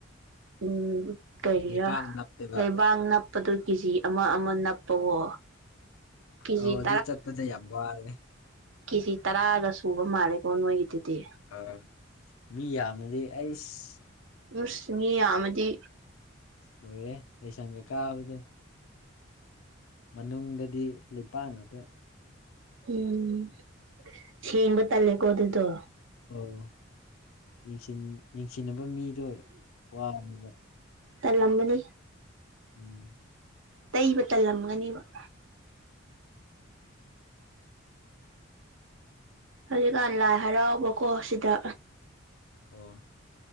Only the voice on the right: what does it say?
ꯎꯝ ꯀꯔꯤꯔꯥ
ꯂꯩꯕꯥꯛ ꯅꯞ ꯄꯗꯨ ꯀꯦ ꯖꯤ ꯑꯃ ꯑꯃ ꯅꯞꯄꯋꯣ ꯀꯦꯖꯤ
ꯀꯦ ꯖꯤ ꯇꯔꯥꯒ ꯁꯨꯕ ꯃꯥꯜꯂꯦꯀꯣ ꯅꯣꯏ ꯒꯤꯗꯨꯗꯤ
ꯎꯁ ꯃꯤ ꯌꯥꯝꯃꯗꯤ
ꯎꯝ ꯊꯦꯡꯕ ꯇꯜꯂꯦꯀꯣ ꯑꯗꯨꯗꯣ
ꯇꯥꯜꯂꯝꯃꯅꯤ
ꯇꯩꯕ ꯇꯜꯂꯝꯒꯅꯤꯕ ꯍꯧꯖꯤꯛꯀꯥꯟ ꯂꯥꯏ ꯍꯔꯥꯎꯕꯀꯣ ꯁꯤꯗ